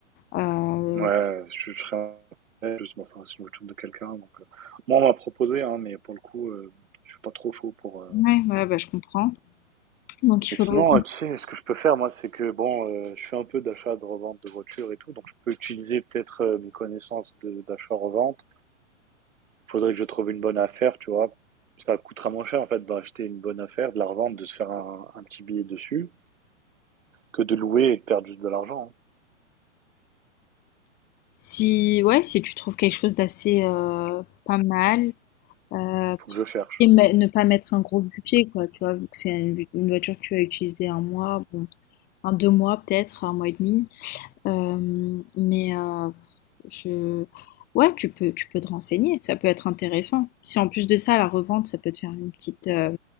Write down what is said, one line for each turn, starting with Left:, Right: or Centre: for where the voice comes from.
Left: Euh,
Right: ouais, je je serais en plus, bon, ça reste une voiture de quelqu'un donc, heu, moi, on m'a proposé, hein, mais pour le coup, heu, je suis pas trop chaud pour, euh,
Left: ouais, ouais, bah, je comprends. Donc, il
Right: Mais
Left: faudrait...
Right: sinon, euh, tu sais, ce que je peux faire, moi, c'est que, bon, euh, je fais un peu d'achat, de revente de voitures et tout, donc je peux utiliser peut-être euh, mes connaissances de- d'achat-revente. Faudrait que je trouve une bonne affaire, tu vois. Ça coûtera moins cher, en fait, d'acheter une bonne affaire, de la revendre, de se faire un, un petit billet dessus, que de louer et de perdre juste de l'argent. hein.
Left: Si, ouais, si tu trouves quelque chose d'assez euh, pas mal, Euh,
Right: Faut que je cherche.
Left: et me- ne pas mettre un gros budget, quoi, tu vois, vu que c'est une, vo- une voiture que tu vas utiliser un mois, bon, un deux mois peut-être, un mois et demi. Euh, mais euh, je... Ouais, tu peux, tu peux te renseigner, ça peut être intéressant. Si en plus de ça, la revente, ça peut te faire une petite euh,